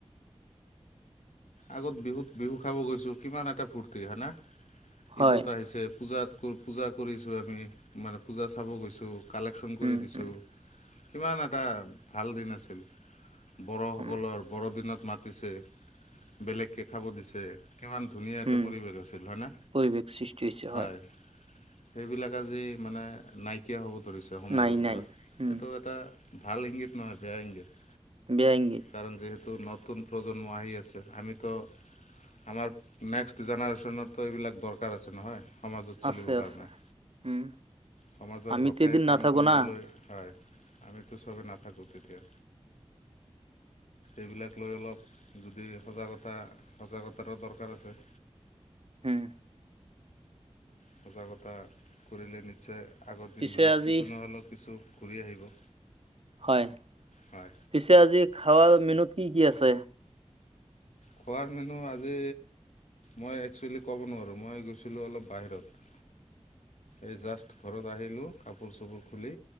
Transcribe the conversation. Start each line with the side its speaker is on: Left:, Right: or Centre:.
Left: আগত বিহুত বিহু খাব গৈছো কিমান এটা ফূৰ্তি হয়না,
Right: হয়
Left: ঈদত আহিছে, পূজাত পূ পূজা কৰিছোঁ, আমি মানে পূজা চাব গৈছোঁ কালেকশ্যন কৰি
Right: উম
Left: দিছোঁ।
Right: উম
Left: কিমান এটা ভাল দিন আছিল বড়োসকলৰ
Right: উম
Left: বড়দিনত মাতিছে। বেলেগকে খাব দিছে কিমান ধুনীয়া এটা
Right: উম
Left: পৰিৱেশ আছিল হয়নে,
Right: পৰিৱেশ সৃষ্টি হৈছে
Left: হয় সেইবিলাক আজি মানে নাইকিয়া হ'ব ধৰিছে সমাজৰ
Right: নাই
Left: পৰা
Right: নাই উম
Left: সেইটো এটা ভাল ইংগিত নহয়, বেয়া ইংগিত
Right: বেয়া ইংগিত
Left: কাৰণ যিহেতু নতুন প্ৰজন্ম আহি আছে। আমিতো আমাৰ নেক্সট জেনেৰেশ্যনততো এইবিলাক দৰকাৰ আছে নহয়। সমাজত
Right: আছে
Left: চলিবৰ
Right: আছে
Left: কাৰণে
Right: উম
Left: সমাজৰ
Right: আমিতো
Left: হকে
Right: এদিন
Left: কাম
Right: নাথাকো
Left: কৰিবলৈ
Right: না
Left: হয় আমিতো চবেই নাথাকো তেতিয়া এইবিলাক লৈ অলপ যদি সজাগতা সজাগতাৰো দৰকাৰ আছে।
Right: উম
Left: সজাগতা কৰিলে নিশ্চয় আগৰ
Right: পিছে
Left: দিনবিলাক
Right: আজি
Left: কিছু নহ'লেও কিছু ঘূৰি আহিব।
Right: হয়
Left: হয়
Right: পিছে আজি খাৱাল মেনুত কি কি আছে
Left: খোৱাৰ মেনু আজি মই একচুৱেলি ক'ব নোৱাৰোঁ মই গৈছিলোঁ অলপ বাহিৰত
Right: <inaudible>
Left: এই জাষ্ট ঘৰত আহিলোঁ কাপোৰ চাপোৰ খুলি